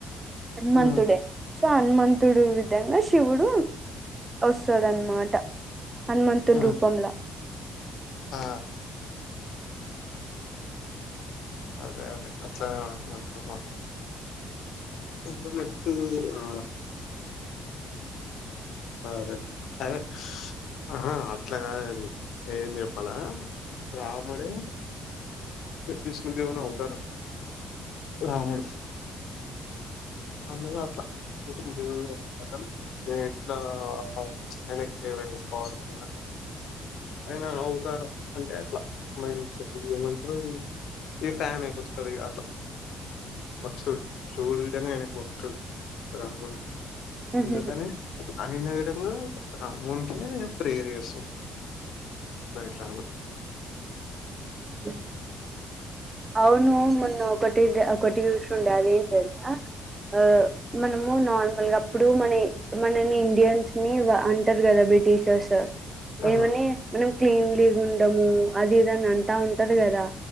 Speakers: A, on the right (about 20°); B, on the left (about 75°).
A: మన్
B: ఆ
A: టుడె చొ హనుమంతుడు విధంగ శివుడు వస్తాడన్మాట. హన్మంతున్
B: ఆ
A: రూపంల.
B: ఆ అదె అదె అట్లనె. <unintelligible> ఇబ్బుడ్ నొత్తీ ఆ. ఆ అదె అదె ఉహు అట్ల గాదది ఏం జెప్పలా రాముడే విష్ణుదేవుని అవతారం రాముడు అందుకు అట్ల విష్ణుదేవుని అవతారం దే ఆ ఔ ఆయనక్ ఫేవరెట్ స్పార్టున్న ఐన అవ్తారం అంటె అట్ల మైండ్ సెట్ ఏమంట్రు అది ఇగ ఫ్యాన్ ఐపోతరిగ అట్ల. స్తుడు శివుడు విదంగ ఆయనక్ మొక్తడు అలాంటోడు
A: ఉహు
B: అందుకనె అందె విధంగ. రామూ అంటెనె ప్రేర్ జేస్తాది. రైట్ రాను.
A: అ ఔనూ మొన్న ఒకటి డ్ ఒకటి జూసుండె అదేన్దెల్స ఆ మనము నార్మల్గప్పుడు మన ఇ మనని ఇండియన్స్ ని వా అంటర్ గద బ్రిటీషర్స్.
B: ఆహా
A: ఏమని మనం క్లీన్లీ గున్ డమూ అది ఇదనంటా ఉంటర్ గద.